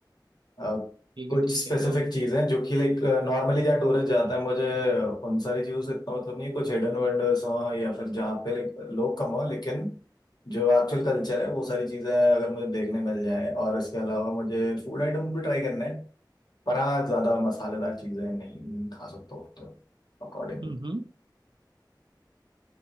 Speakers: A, on the left; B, on the right.
A: अ,
B: ठीक
A: कुछ
B: है ठीक
A: स्पेसिफिक
B: है तो
A: चीजें जो कि लाइक नॉर्मली जहाँ टूरिस्ट जाता है मुझे उन सारी चीजों से इतना मतलब नहीं है, कुछ हिडन वंडर्स हो या फिर जहाँ पे लाइक लोग कम हो लेकिन जो एक्चुअल कल्चर है वो सारी चीजें अगर मुझे देखने मिल जाए और इसके अलावा मुझे फूड आइटम भी ट्राई करने हैं पर हाँ ज्यादा मसालेदार चीजें नहीं खा सकता हूँ तो अकॉर्डिंगली
B: हम्म हम्म